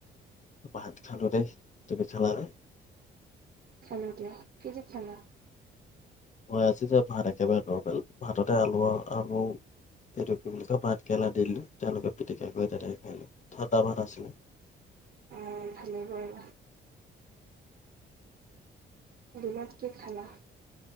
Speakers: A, on the left; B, on the right.
A: ভাত খালো দেই। তুমি খালা নে।
B: খালো দিয়া কি দি খালা?
A: মই আজি যে ভাত একেবাৰে নৰমেল ভাততে আলু আলু এইটো কি বুলি কয় ভাতকেৰেলা দি দিলো তেওঁলোকে পিটিকা কৰি তেনেকৈ খালে ঠাণ্ডা ভাত আছিলে।
B: অ' ভালেই কৰিলা। দুলত কি খালা?